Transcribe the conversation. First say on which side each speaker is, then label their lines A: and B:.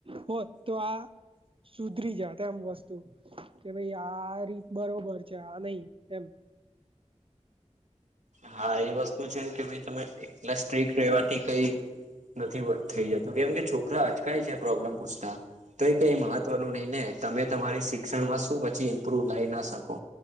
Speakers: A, on the right; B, on the right.
A: હોત તો આ સુધરી જાત એમ વસ્તુ કે ભાઈ આ રીત બરોબર છે આ નય એમ
B: હા એ વસ્તુ છે કે ભાઈ તમે એટલા સ્ટ્રીક રેવાથી કઈ નથી વધ થઈ જતો કેમ કે છોકરા અચકાય છે પ્રોબ્લેમ પૂછતા. તો એ કઈ મહત્વનું નય ને તમે તમારી શિક્ષણમાં શું પછી ઇમ્પ્રુવ લાય ના શકો.